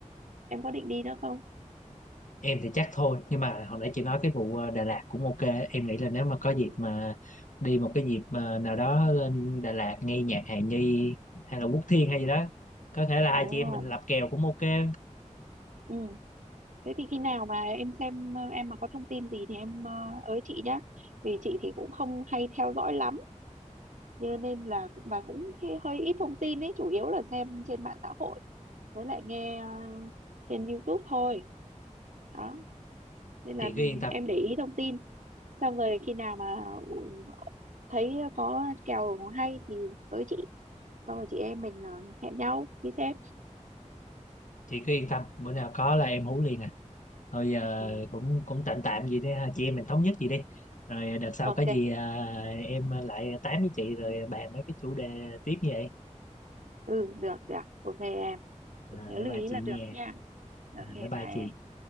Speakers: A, on the right; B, on the left.
A: em có định đi nữa không
B: em thì chắc thôi nhưng mà hồi nãy chị nói cái vụ ờ, Đà Lạt cũng ok em nghĩ là nếu mà có
A: ừ,
B: dịp mà đi một cái dịp mà nào đó lên Đà Lạt nghe nhạc Hà Nhi hay là Quốc Thiên
A: ừ
B: hay gì đó có thể là hai
A: đúng
B: chị
A: rồi
B: em mình lập kèo cũng ok
A: ừ Thế thì khi nào mà em xem ờ, em mà có thông tin gì thì em ờ, ới chị nhá. Vì chị thì cũng không hay theo dõi lắm, cho nên là cũng và cũng hi- hơi ít thông tin ấy, chủ yếu là xem trên mạng xã hội với lại nghe ờ, trên YouTube thôi. Đó, nên là
B: chị cứ yên tâm
A: em để ý thông tin. Xong rồi khi nào mà ừ, thấy có kèo hay thì ới chị, xong rồi chị em mình ờ, hẹn nhau đi xem.
B: chị cứ yên tâm bữa nào có là em hú liền thôi giờ
A: Ừ,
B: cũng cũng tạm tạm vậy đi ha chị em mình thống nhất gì đi rồi đợt sau
A: ok.
B: có gì à, em lại tám với chị rồi bàn mấy cái chủ đề tiếp như vậy
A: Ừ, được được. Ok em,
B: à,
A: nhớ
B: bye
A: lưu
B: bye
A: ý
B: chị
A: là được
B: nha
A: nha. Ok,
B: à,
A: bye
B: bye bye chị
A: em.